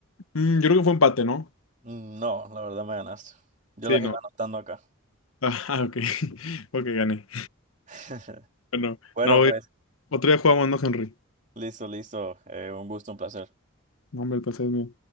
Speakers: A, on the left; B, on the right.
A: Mm, yo creo que fue empate, ¿no?
B: Mm, No, la verdad me ganaste. Yo
A: Sí,
B: las
A: no.
B: iba anotando acá.
A: Ah, <laughs> ok. <laughs> Ok, gané.
B: <laughs>
A: Bueno,
B: Bueno,
A: no, güey.
B: pues,
A: Otro día jugamos, ¿no, Henry?
B: listo, listo. Eh, un gusto, un placer.
A: No, hombre, el placer es mío.